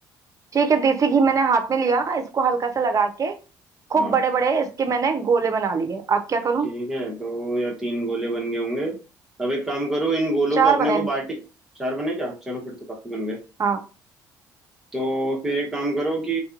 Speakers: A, on the right; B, in the centre.
A: ठीक है देसी घी मैंने हाथ में लिया इसको हल्का सा लगा के खूब
B: हाँ
A: बड़े बड़े इसके मैंने गोले बना लिए अब क्या करूं
B: ठीक है दो या तीन गोले बन गए होंगे अब एक काम करो इन गोलों
A: चार
B: को अपने
A: बने
B: को बाटी चार बने क्या चलो फिर तो काफी बन गए
A: हाँ
B: तो फिर एक काम करो कि